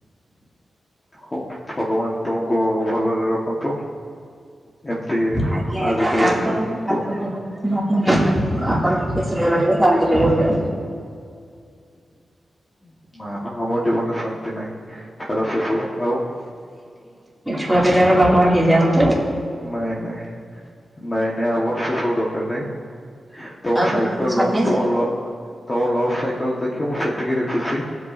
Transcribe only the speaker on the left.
ହଉ ଭଗବାନ ତୁମକୁ ଭଲରେ ରଖନ୍ତୁ। ଏମିତି
ଆଗକୁ ବଢିଚାଲ
କୁହ।
<unintelligible> ନା ନା ଆମ ଜୀବନରେ ଶାନ୍ତି ନାହିଁ ଛାଡ ସେ ସବୁ ଆଉ
ନାଇଁ ନାଇଁ ନାଇଁ ନାଇଁ ଆମର ସେ ସବୁ ଦକାର ନାହିଁ। ତମ
ସାଇକେଲ
ତମ ଲ ତମ ଲଭ ସାଇକେଲ ଦେଖି ମୁଁ ସେତିକିରେ ଖୁସି।